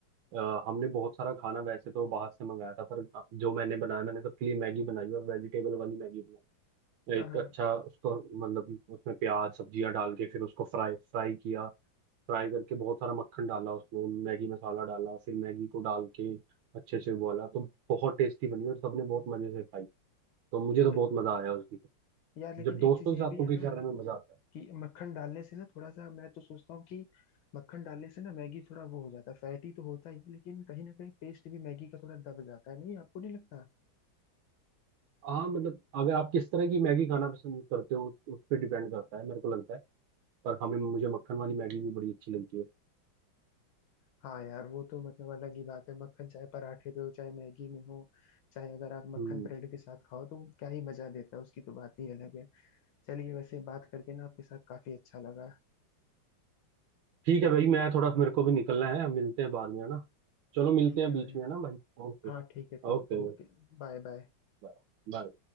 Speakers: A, on the right; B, on the left.
A: अ, हमने बहुत सारा खाना वैसे तो बाहर से मंगाया था पर जो मैंने बनाया मैंने सबके लिए मैगी बनाई और वेजिटेबल वाली मैगी बनाई
B: हाँ
A: एक
B: हाँ
A: अच्छा उसको मतलब उसमें प्याज सब्जियां डाल के फिर उसको फ्राई फ्राई किया फ्राई करके बहुत सारा मक्खन डाला उसमें मैगी मसाला डाला फिर मैगी को डाल के अच्छे से उबाला तो बहुत टेस्टी बनी और सबने बहुत मजे से खाई तो मुझे तो
B: तो
A: बहुत मजा आया उसकी
B: यार लेकिन
A: जब दोस्तों
B: एक चीज
A: के
B: ये
A: साथ
B: भी
A: कुकिंग
B: है ना
A: करने में मजा आता है
B: कि मक्खन डालने से ना थोड़ा सा मैं तो सोचता हूँ कि मक्खन डालने से ना मैगी थोड़ा वो हो जाता है फैटी तो होता ही है लेकिन कहीं ना कहीं टेस्ट भी मैगी का थोड़ा दब जाता है नहीं आपको नहीं लगता
A: हाँ मतलब अगर आप किस तरह की मैगी खाना पसंद करते हो उस पर डिपेंड करता है मेरे को लगता है पर हमें मुझे मक्खन वाली मैगी भी बड़ी अच्छी लगती है
B: हाँ यार वो तो मतलब अलग ही बात है मक्खन चाहे पराठे पे हो चाहे मैगी में हो चाहे अगर आप मक्खन
A: हम्म
B: ब्रेड के साथ खाओ तो क्या ही मजा देता है उसकी तो बात ही अलग है चलिए वैसे बात करके ना आपके साथ काफी अच्छा लगा
A: ठीक है भाई मैं थोड़ा मेरे को भी निकलना है मिलते हैं बाद में है ना चलो मिलते
B: ठीक
A: हैं
B: है
A: बीच
B: भाई
A: में है ना भाई ओके
B: हाँ ठीक है ठीक
A: ओके
B: ओके Bye bye
A: Bye bye